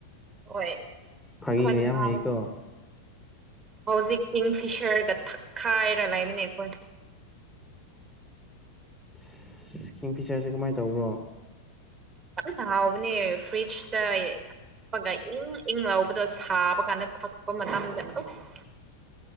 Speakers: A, on the right; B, in the centre.
A: ꯍꯣꯏ
B: ꯐꯥꯒꯤꯒ
A: ꯈꯣꯟ <unintelligible>
B: ꯌꯥꯝ ꯍꯩꯀꯣ
A: ꯍꯧꯖꯤꯛ ꯀꯤꯡ ꯐꯤꯁꯔꯒ ꯊꯛꯈꯥꯏꯔ ꯂꯩꯕꯅꯦ ꯑꯈꯣꯏ
B: <unintelligible> ꯀꯤꯡ ꯐꯤꯆꯔꯁꯦ ꯀꯃꯥꯏ ꯇꯧꯕ꯭ꯔꯣ
A: ꯌꯥꯝꯅ ꯍꯥꯎꯕꯅꯦ ꯐ꯭ꯔꯤꯖꯇ ꯊꯛꯄꯒ ꯏꯪ ꯏꯪ ꯂꯧꯕꯗꯣ ꯁꯥꯕ ꯀꯥꯟꯗ ꯊꯛꯄ ꯃꯇꯝꯗ ꯎꯁ